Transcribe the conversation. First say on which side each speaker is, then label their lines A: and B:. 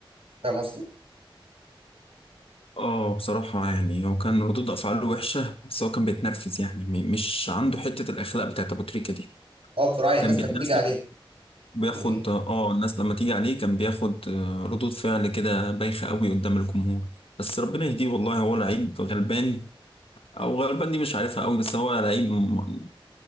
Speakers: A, on the right; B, on the left.
A: فاهم قصدي؟
B: اه بصراحة يعني هو كان ردود أفعاله وحشة بس هو كان بيتنرفز يعني م- مش عنده حتة الأخلاق بتاعت أبو تريكة دي
A: هو بصراحة يعني
B: كان
A: الناس
B: بيتنرفز
A: كانت بتيجي عليه
B: بياخد
A: يعني
B: اه الناس لما تيجي عليه كان بياخد آه، ردود فعل كده بايخة قوي قدام الجمهور بس ربنا يهديه والله هو لعيب غلبان أو غلبان دي مش عارفها قوي بس هو لعيب م-